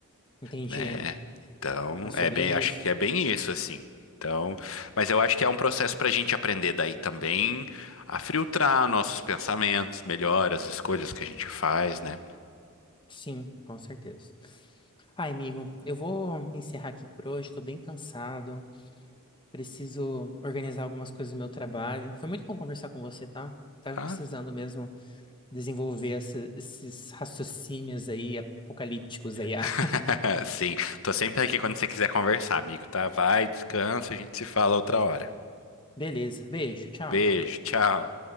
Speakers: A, on the left (about 20°); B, on the left (about 65°).
A: Entendi.
B: né? Então,
A: É sobre
B: é bem, acho
A: isso.
B: que é bem isso, assim. Então, mas eu acho que é um processo para a gente aprender daí também a filtrar nossos pensamentos melhor, as escolhas que a gente faz, né?
A: Sim, com certeza. Ai, amigo, eu vou encerrar aqui por hoje, estou bem cansado, preciso organizar algumas coisas do meu trabalho. Foi muito bom conversar com você, tá? Tava
B: Tá?
A: precisando mesmo desenvolver essa- esses raciocínios aí apocalípticos aí. <laughs> ah.
B: <laughs> Sim, tô sempre aqui quando você quiser conversar, amigo, tá? Vai, descansa, a gente se fala outra hora.
A: Beleza, beijo, tchau.
B: Beijo, tchau.